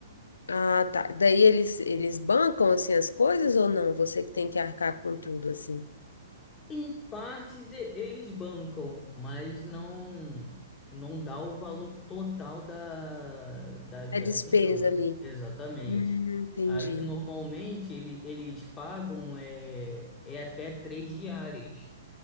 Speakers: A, on the left; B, on the left.
A: Ah, tá. Daí eles, eles bancam assim as coisas ou não? Você que tem que arcar com tudo assim.
B: Em partes e- eles bancam, mas não não dá o valor total da, da viagem,
A: É despesa
B: não.
A: ali.
B: Exatamente.
A: Hum, entendi.
B: Aí que normalmente ele, eles pagam é, é até três diárias.